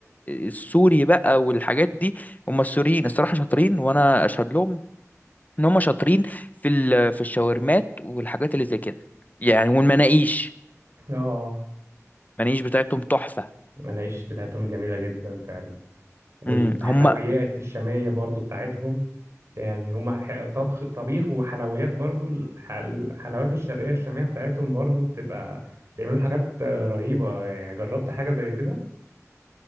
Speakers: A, on the left (about 30°); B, on the right (about 60°).
A: السوري بقى والحاجات دي هم السوريين الصراحة شاطرين وأنا أشهد لهم إن هم شاطرين في ال- في الشاورمات والحاجات اللي زي كده يعني والمناقيش
B: اه
A: المناقيش بتاعتهم تحفة
B: المناقيش بتاعتهم جميله جدا فعلا والحلويات
A: امم هم
B: الشاميه برضو بتاعتهم يعني هم ح- طبخ طبيخ وحلويات برضو الح- الحلويات الشرقيه الشاميه بتاعتهم برضو بتبقى بيعملوا حاجات رهيبه يعني جربت حاجه زي كده